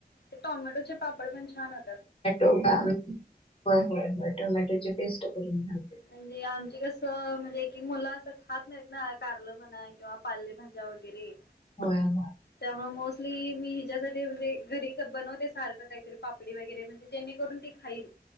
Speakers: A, on the left (about 85°); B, on the left (about 35°).
A: ते टॉमॅटोचे पापड पण छान अस
B: मॅटोयय <unintelligible> टोमॅटोचे पेस् करून म
A: म्हणजे आमचे कसं म्हणजे ऐक ऐक मुलं असं खात नाहीत ना कारल म्हणा किंवा पालेभाज्या वगैरे
B: होय होय
A: त्यामुळे मोस्टली मी हिच्यासाठी म्हणजे घरी बनवते सारखं काहीतरी पापडी वगैरे म्हणजे ज्यांनी जेणेकरून ती खाईल.